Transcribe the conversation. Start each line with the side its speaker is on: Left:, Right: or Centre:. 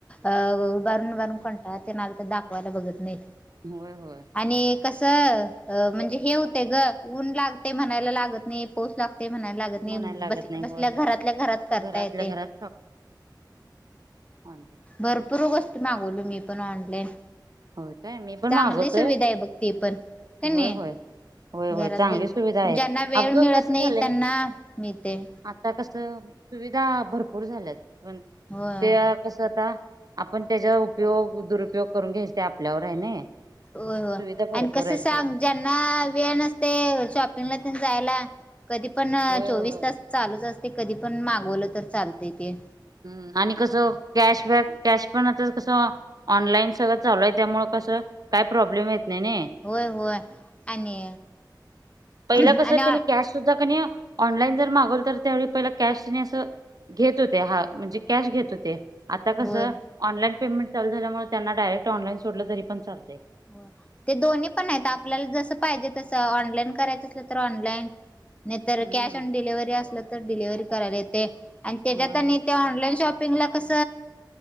Left: अं उभारून उभारून कंटाळा तेन आला तर ते दाखवायला बघत नाहीत.
Right: होय होय.
Left: आणि कसं म्हणजे हे होते ग ऊन लागते म्हणायला लागत नाही पाऊस लाग ते म्हणायला लागत नाही
Right: म्हणायला लागत
Left: बस
Right: नाही
Left: बसल्या
Right: होय
Left: घरातल्या
Right: होय
Left: घरात करताय
Right: घरातल्या
Left: येतंय.
Right: घरात हा.
Left: भरपूर गोष्ट मागवली मी पण ऑनलाईन
Right: होय काय मी पण
Left: चांगली
Right: मागवतोय
Left: सुविधा आहे बघ तीपण कनि
Right: होय होय होय
Left: घरात
Right: होय चांगली
Left: ब
Right: सुविधा आहे.
Left: ज्यांना वेळ
Right: अगं
Left: मिळत
Right: कसं
Left: नाही
Right: झालंय
Left: त्यांना मिळते.
Right: आता कसं सुविधा भरपूर झाल्यात पण
Left: होय
Right: त्या तस आता आपण त्याचा उपयोग दुरुपयोग करून घ्यायच ते आपल्यावर आहे ना.
Left: हो हो
Right: सुविधा भरपूर
Left: आणि कसं
Right: आहेत
Left: सांग.
Right: सोड
Left: ज्यांना वेळ नसते शॉपिंगला जायला कधी पण
Right: होय
Left: चोवीस
Right: होय
Left: तास. चालूच असते कधी पण मागवलं तर चालत ते
Right: हम्म आणि कसं कॅशबॅक कॅश पण आता कसं. ऑनलाईन सगळं चालू आहे त्यामुळं कसं काही प्रॉब्लेम येत नाही ना.
Left: होय होय आणि
Right: पहिला
Left: आणि
Right: कसं त्यानी कॅश सुद्धा क नाही. ऑनलाईन जर मागवल तर त्यावेळी पहिला कॅश असं घेत होते हा म्हणजे कॅश घेत होते. आता कसं
Left: होय
Right: ऑनलाईन पेमेंट चालू झाल्यामुळे त्यांना डायरेक्ट ऑनलाईन सोडलं तरी पण चालते.
Left: हो ते दोन्ही पण आहेत आपल्याला जस पाहिजे तसं ऑनलाईन करायचं असल तर ऑनलाईन. नाही तर
Right: हम्म
Left: कॅश आणी डिलिव्हरी असलं तर डिलिव्हरी करायला येते आणि त्याच्यात
Right: होय
Left: आणी
Right: होय
Left: ते ऑनलाईन शॉप. कस